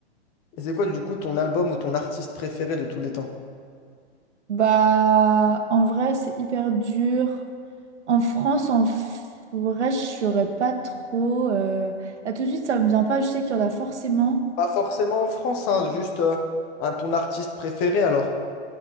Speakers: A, on the left; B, on the right.
A: Et c'est quoi, du coup, ton album ou ton artiste préféré de tous les temps?
B: Bah, en vrai, c'est hyper dur. En France, en f- vrai, je saurais pas trop. euh, Là, tout de suite, ça me vient pas. Je sais qu'il y en a forcément.
A: Pas forcément en France, hein, juste euh, un, ton artiste préféré alors.